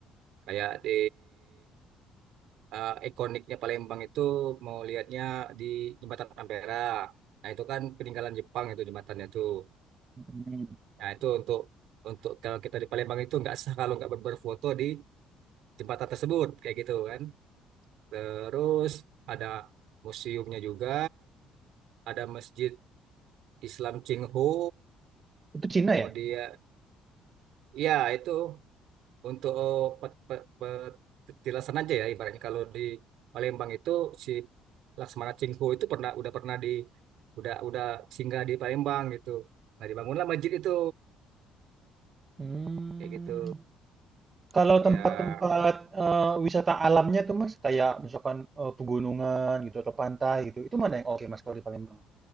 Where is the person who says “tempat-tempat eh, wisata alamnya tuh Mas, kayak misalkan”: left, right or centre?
Right